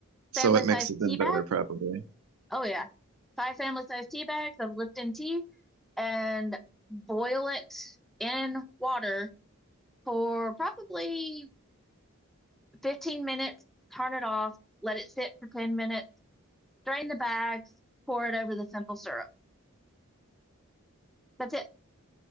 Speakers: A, on the right; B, in the centre.
A: So
B: family
A: it
B: size
A: mixes
B: tea
A: in better,
B: bags.
A: probably.
B: Oh yeah, five family size tea bags of Lipton tea, and boil it in water for probably 15 minutes. Turn it off. Let it sit for 10 minutes. Drain the bags. Pour it over the simple syrup. That's it.